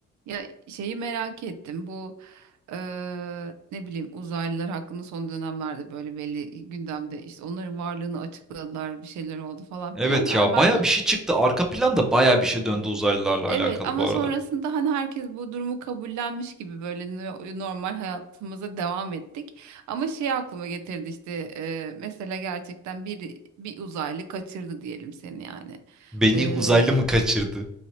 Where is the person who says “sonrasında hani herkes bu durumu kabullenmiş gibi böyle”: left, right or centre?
Right